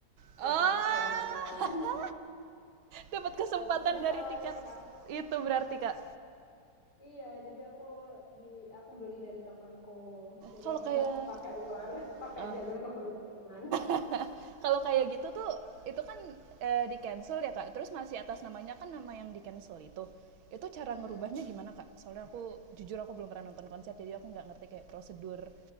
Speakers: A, on the right; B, on the left.
A: Oh,
B: buat siapa ya gitu kan.
A: <laughs> dapat kesempatan
B: Nah, terus dia
A: dari
B: tawarin
A: tiket
B: ke aku.
A: itu berarti Kak.
B: Iya, jadi aku di aku beli dari temanku. Jadi
A: Kalau
B: aku
A: kayak
B: nggak pakai Uber, <laughs> pakai
A: ah,
B: jalur keberuntungan.
A: <laughs> Kalau kayak gitu tuh itu kan eh, di cancel ya kak. Terus masih atas namanya kan nama yang di cancel itu. Itu cara ngerubahnya
B: Mm-mm.
A: gimana kak? Soalnya aku jujur aku belum pernah nonton konser jadi aku nggak ngerti kayak prosedur